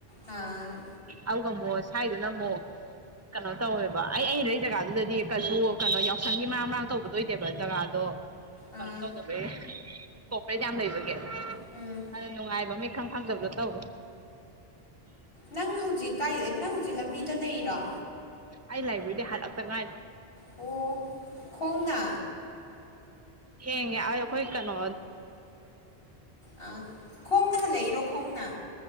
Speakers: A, on the left (about 70°); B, on the right (about 20°).
A: ꯑꯥ
B: ꯑꯗꯨꯒ ꯑꯃꯨꯛ ꯁ꯭ꯋꯥꯏꯗꯨꯅ ꯑꯃꯨꯛ ꯀꯩꯅꯣ ꯇꯧꯋꯦꯕ ꯑꯩ ꯑꯩꯅ ꯂꯩ ꯖꯒꯥꯗꯨꯗꯗꯤ ꯀꯩꯁꯨ ꯀꯩꯅꯣ ꯌꯥꯎꯁꯪꯒꯤ ꯃꯔꯥꯡ ꯃꯔꯥꯡ ꯇꯧꯕ ꯑꯗꯨꯣꯏꯗꯦꯕ ꯖꯒꯥꯗꯣ ꯀꯩꯅꯣ
A: ꯑꯥ
B: ꯇꯧꯗꯕꯒꯤ ꯀꯣꯄ꯭ꯔꯦꯠ ꯌꯥꯝ ꯂꯩꯕꯒꯤꯦ
A: ꯎꯝ
B: ꯑꯗ ꯅꯨꯡꯉꯥꯏꯕ ꯃꯤ ꯈꯪ ꯈꯪꯗꯕꯗꯣ ꯇꯧꯋꯦ
A: ꯅꯪ ꯍꯧꯖꯤꯛ ꯀꯥꯏ ꯅꯪ ꯍꯧꯖꯤꯛ ꯂꯝꯕꯤꯗ ꯂꯩꯔꯤꯔꯣ
B: ꯑꯩ ꯂꯥꯏꯕꯨ ꯏꯗꯦ ꯍꯜꯂꯄꯪ ꯉꯥꯏ
A: ꯑꯣ ꯈꯣꯡꯅ
B: ꯍꯦꯉ ꯑ ꯀꯣꯏ ꯀꯅꯣ
A: ꯑ ꯈꯣꯡꯅ ꯍꯜꯂꯛꯏꯔꯣ ꯈꯣꯡꯅ